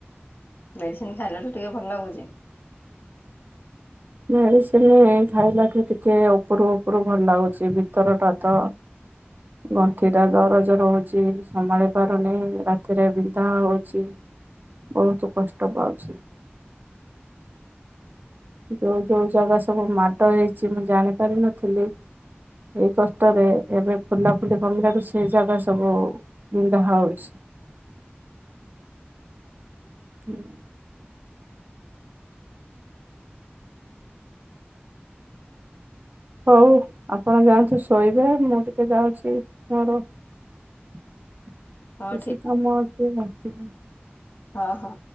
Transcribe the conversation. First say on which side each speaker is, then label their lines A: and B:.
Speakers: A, on the left (about 55°); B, on the right (about 50°).
A: ମେଡିସିନ୍ ଖାଇଲାଠୁ ଟିକେ ଭଲ ଲାଗୁଚି।
B: ମେଡିସିନି ଖାଇଲାଠୁ ଟିକେ ଉପରୁ ଉପରୁ ଭଲ ଲାଗୁଚି। ଭିତର ଟା ତ ଗଣ୍ଠି ଟା ଦରଜ ରହୁଚି। ସମ୍ଭାଳି ପାରୁନି, ରାତିରେ ବିନ୍ଧା ହଉଛି। ବହୁତ କଷ୍ଟ ପାଉଛି। ଯୋଉ ଯୋଉ ଜାଗା ସବୁ ମାଡ ହେଇଛି ମୁଁ ଜାଣିପାରିନଥିଲି ଏଇ କଷ୍ଟରେ ଏବେ ଫୁଲା ଫୁଲି କମିଲାଠୁ ସେ ଜାଗା ସବୁ ବିନ୍ଧା ହଉଛି। ହୁଁ। ହଉ ଆପଣ ଯାଆନ୍ତୁ ଶୋଇବେ। ମୁଁ ଟିକେ ଯାଉଛି ମୋର ବେଶି
A: ହଁ
B: କାମଟି ନଥିଲା।
A: ହୋ, ହୋ।